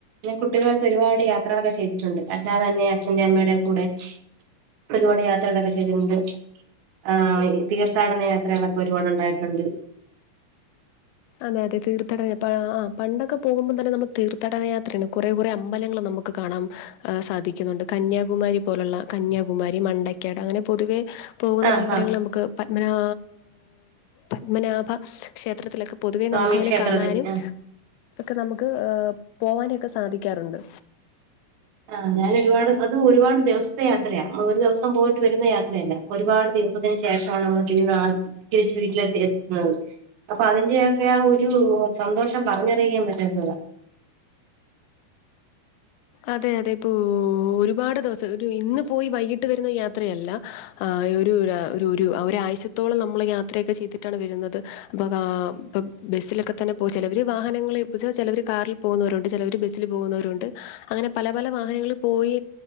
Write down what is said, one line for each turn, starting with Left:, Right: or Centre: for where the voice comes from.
Right: ഞൻ കുട്ടികൾക്ക് ഒരുപാട് യാത്രകൊക്കെ ചെയ്തിട്ടുണ്ട് അല്ലാതെ തന്നെ അച്ഛൻ്റെ അമ്മയുടെ കൂടെ ഒരുപാട് യാത്രകതൊക്കെ ചെയ്തിട്ടുണ്ട് ആ് തീർത്ഥാടന യാത്രകളൊക്കെ ഒരുപാട് ഉണ്ടായിട്ടുണ്ട്
Left: അതെ അതെ തീർത്ഥടന ആ പണ്ടൊക്കെ പോകുമ്പോൾ തന്നെ നമുക്ക് തീർത്ഥടനയാത്രയാണ് കുറേ കുറെേ അമ്പലങ്ങൾ നമുക്ക് കാണാം ആഹ് സാധിക്കുന്നുണ്ട് കന്യാകുമാരി പോലുള്ള കന്യാകുമാരി മണ്ടക്കാട് അങ്ങനെ പൊതുവെ പോകുന്ന
Right: ആഹ്
Left: അമ്പലങ്ങള് നമുക്ക് പത്മനാഭ പത്മനാഭ ക്ഷേത്രത്തിലൊക്കെ പൊതുവെ
Right: സ്വാമി
Left: നമുക്കങ്ങനെ
Right: ക്ഷേത്രത്തില്
Left: കാണാനും
Right: ആഹ്
Left: അതൊക്കെ നമുക്ക് പോവാനുംക്കെ സാധിക്കാറുണ്ട്
Right: ആഹ് ഞാനൊരുപാട് അത് ഒരുപാട് ദിവസത്തെ യാത്രയാ മ്മ ഒരു ദിവസം പോയിട്ട് വരുന്ന യാത്രയല്ല ഒരുപാട് ദിവസത്തിന് ശേഷമാണ് നമ്മ നാ തിരിച്ച് വീട്ടിലെത്തി എത്തുന്നത് അപ്പൊ അതിൻ്റൊക്കെയാ ഒരു സന്തോഷം പറഞ്ഞറിയിക്കാൻ പറ്റാത്തതാ
Left: അതെ അതെ ഇപ്പോ ഒരുപാട് ദിവസം ഒരു ഇന്ന് പോയി വൈകിട്ട് വരുന്ന യാത്രയല്ല ആഹ് ഒരു ഒരു ഒരു ഒരു ഒരാഴ്ശത്തോളം നമ്മൾ യാത്രയൊക്കെ ചെയ്തിട്ടാണ് വരുന്നത് അപ്പം കാ അപ്പം ബസ്സിലൊക്കെ തന്നെ പോയി ചെലവര് വാഹനങ്ങൾ ഇപ്പോച്ചാ ചെലവര് കാറിൽ പോകുന്നവരുണ്ട് ചെലവര് ബസ്സിൽ പോകുന്നവരുണ്ട് അങ്ങനെ പല പല വാഹനങ്ങളിൽ പോയി